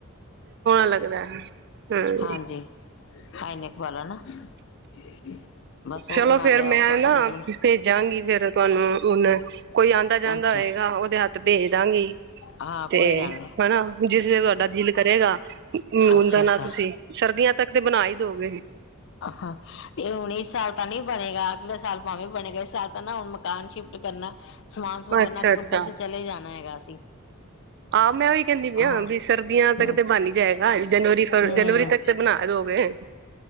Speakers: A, on the right; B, on the left.
A: ਲੱਗਦਾ ਹੈ ਹਮ
B: ਹਾਂਜੀ। ਹਾਈਨੇਕ ਵਾਲਾ ਨਾ <inaudible> ਉਹ
A: ਚਲੋ
B: ਬਣਾ
A: ਫੇਰ
B: ਲਿਆ
A: ਮੈਂ ਨਾ
B: ਰੈਡੀ
A: ਭੇਜਾਂਗੀ ਫੇਰ ਤੁਹਾਨੂੰ ਹੁਣ ਕੋਈ ਆਉਂਦਾ ਜਾਂਦਾ
B: ਅੱਛਾ
A: ਹੋਏਗਾ ਉਹਦੇ ਹੱਥ ਭੇਜ ਦਾਂਗੀ
B: ਹਾਂ
A: ਤੇ
B: ਕੋਈ ਗੱਲ ਨੀ
A: ਹੈਨਾ ਜਿਸ ਤੁਹਾਡਾ ਦਿਲ ਕਰੇਗਾ ਮੂਣ
B: ਅੱਛਾ,
A: ਦਾ ਨ
B: ਅੱਛਾ
A: ਤੁਸੀਂ ਸਰਦੀਆਂ ਤੱਕ ਤੇ ਬਣਾ ਹੀ ਦੋਗੇ
B: ਹਾਂ ਇਹ ਹੁਣ ਇਸ ਸਾਲ ਤਾਂ ਨਹੀ ਬਣੇਗਾ ਅਗਲੇ ਸਾਲ ਭਾਵੇਂ ਬਣੇਗਾ ਇਸ ਸਾਲ ਤਾਂ ਨਾ ਹੁਣ ਮਕਾਨ ਸ਼ਿਫਟ ਕਰਨਾ ਸਮਾਨ ਸਮੂ ਕਰਨਾ
A: ਅੱਛਾ
B: ਅਕਤੂਬਰ
A: ਅੱਛਾ
B: ਚ ਜਾਣਾ ਹੈਗਾ ਅਸੀਂ
A: ਆਹ ਮੈਂ ਉਹੀ ਕਹਿੰਦੀ ਵੀ
B: ਹਾਂ
A: ਆ ਵੀ ਸਰਦੀਆਂ ਤੱਕ
B: ਹੂੰ,
A: ਤੇ ਬਣ ਹੀ ਜਾਏਗਾ ਜਨਵਰੀ ਫ
B: ਹੂੰ
A: ਜਨਵਰੀ ਤੱਕ ਤੇ ਬਣਾ ਦੋਗੇਹ